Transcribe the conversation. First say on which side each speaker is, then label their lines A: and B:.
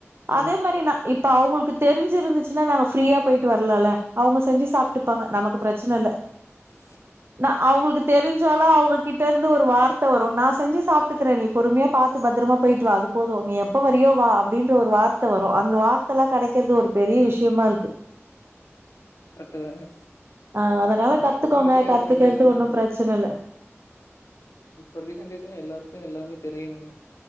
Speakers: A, on the left (about 85°); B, on the right (about 55°).
A: ஹ
B: அதே மாரி நா இப்ப அவங்களுக்கு தெரிஞ்சு இருந்துச்சுன்னா நாங்க ஃப்ரீயா போயிட்டு வர்லால அவங்க செஞ்சு சா ப்பாங்க நமக்கு பிரச்சன ல்ல
A: நமக்கு
B: ந அவங்களுக் தெரிஞ்சாலு அவங்க கிட் ந்து ஒரு வார்த்த வரு நா செஞ்சு சாப்ட்டுக்குறே நீ பொறுமையா பாத்து பத்ரமா போய்ட்டு வா அது போது நீ எப்ப வரியோ வா அப்டின்ற ஒரு வார்த்த வரு அந்த வார்த்தல்லா கெடக்கிறது ஒரு பெரிய விஷயமா இருக்கு
A: கரெக்ட் தாங்க
B: அ அதனால
A: ஆனா
B: கத்துக்கோங்க
A: இப்ப இருக்க
B: கத்துக்கற்து
A: ஜென்ரேஷன்லா
B: ஒன்னு பிரச்சன ல்ல
A: இப்போ இருக்க ஜென்ரேஷ எல்லாருக்கு எல்லாாமே தெரியணுங்க